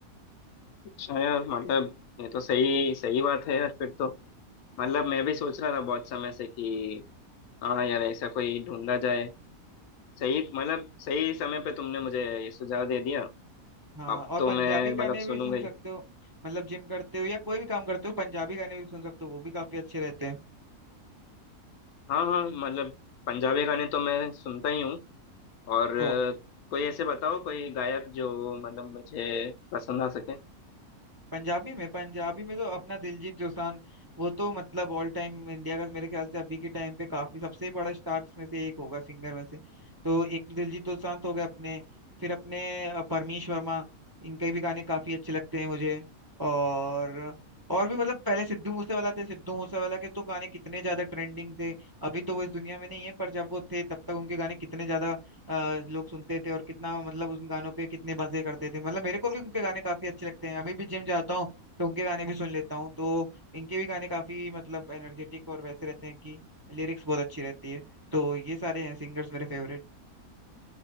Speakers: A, on the left (about 75°); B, on the right (about 30°).
A: अच्छा यार मतलब ये तो सही सही बात है यार फिर तो मतलब मैं भी सोच रहा था बहुत समय से कि हाँ यार ऐसा कोई ढूंढा जाए सही मतलब सही समय पे तुमने मुझे ये सुझाव दे दिया
B: हाँ
A: अब
B: और
A: तो
B: पंजाबी
A: मैं मतलब
B: गाने भी
A: सुनूंगा
B: सुन
A: ही
B: सकते हो मतलब जिम करते हो या कोई भी काम करते हो पंजाबी गाने भी सुन सकते हो वो भी काफी अच्छे रहते
A: हाँ हाँ मतलब पंजाबी गाने तो मैं सुनता ही हूँ और
B: हैं
A: अ, कोई ऐसे बताओ कोई गायक जो मतलब मुझे पसंद आ सके
B: पंजाबी में पंजाबी में तो अपना दिलजीत दोसांझ वो तो मतलब ऑल टाइम इंडिया का मेरे ख्याल से अभी के टाइम पे काफी सबसे बड़ा स्टार्स में से एक होगा सिंगर में से तो एक तो दिलजीत दोसांझ हो गए अपने फिर अपने अ, परमीश वर्मा इनके भी गाने काफी अच्छे लगते हैं मुझे और और भी मतलब पहले सिद्धू मूसेवाला थे सिद्धू मूसेवाला के तो गाने कितने ज्यादा ट्रेंडिंग थे अभी तो वो इस दुनिया में नहीं है पर जब वो थे तब तक उनके गाने कितने ज्यादा आ, लोग सुनते थे और कितना मतलब उन गानों पे कितने मजे करते थे मतलब मेरे को भी उनके गाने काफी अच्छे लगते हैं अभी भी जिम जाता हूँ तो उनके गाने भी सुन लेता हूँ तो इनके भी गाने काफी मतलब एनर्जेटिक और वैसे रहते हैं कि लिरिक्स बहुत अच्छी रहती है तो ये सारे हैं सिंगर्स मेरे फेवरेट